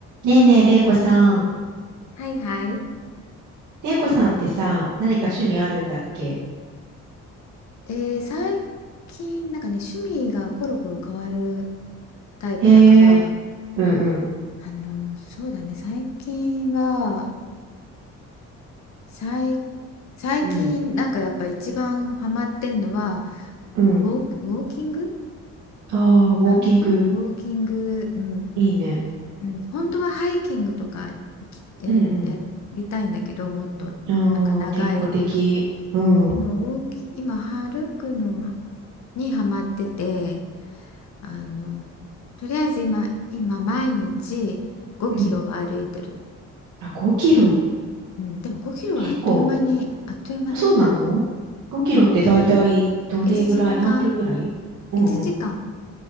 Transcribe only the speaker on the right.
ねえねえ、れいこさん。
れいこさんってさ、何か趣味あるんだっけ
へえ、うんうん、
うん、うん。
ああ、ウォーキング、
いいね。
うんう
ん。ああ、健康的。うん、
うん、
うん。あ、5キロ。
結構。あ、そうなの ?5 キロってだいたいどれぐらい何分ぐらいうんうん。